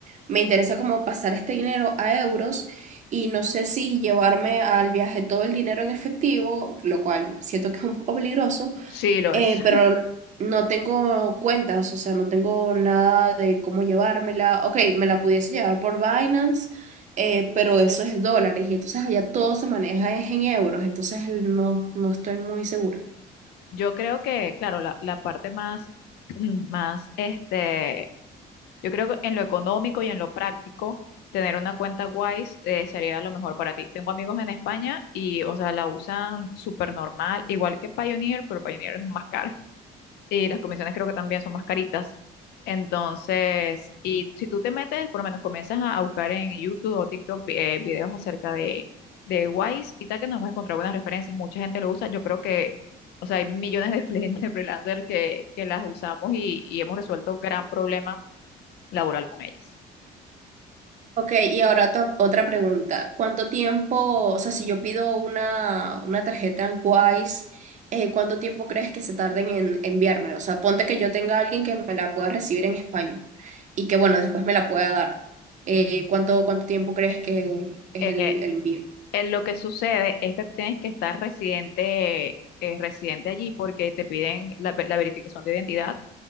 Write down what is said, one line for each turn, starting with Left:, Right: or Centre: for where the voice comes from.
Right: me interesa como pasar este dinero a euros y no sé si llevarme al viaje todo el dinero en efectivo, lo cual siento que es un poco peligroso.
Left: Sí, lo
Right: Eh,
Left: es.
Right: pero no tengo cuentas, o sea, no tengo nada de cómo llevármela. Ok, me la pudiese llevar por Binance, eh, pero eso es dólares y entonces allá todo se maneja es en euros, entonces no, no estoy muy segura.
Left: <laughs> Yo creo que, claro, la, la parte más, <clears throat> más este, Yo creo que en lo económico y en lo práctico, tener una cuenta Wise eh, sería lo mejor para ti. Tengo amigos en España y, o sea, la usan súper normal, igual que Pioneer, pero Pioneer es más cara. <laughs> Y las comisiones creo que también son más caritas. Entonces, y si tú te metes, por lo menos comienzas a, a buscar en YouTube o TikTok vi- eh, videos acerca de, de Wise y tal, que nos vas a encontrar buenas referencias. Mucha gente lo usa. Yo creo que, o sea, hay millones de, fre- <laughs> de freelancers que, que las usamos y y hemos resuelto gran problema laboral con ellas.
Right: Ok, y ahora to- otra pregunta. ¿Cuánto tiempo, o sea, si yo pido una, una tarjeta en Wise, eh, ¿cuánto tiempo crees que se tarden en enviármela? O sea, ponte que yo tenga a alguien que me la pueda recibir en España y que, bueno, después me la pueda dar. Eh, ¿cuánto, cuánto tiempo crees que es
Left: Eh,
Right: el, el envío?
Left: en lo que sucede es que tienes que estar residente, eh, residente allí porque te piden la, la verificación de identidad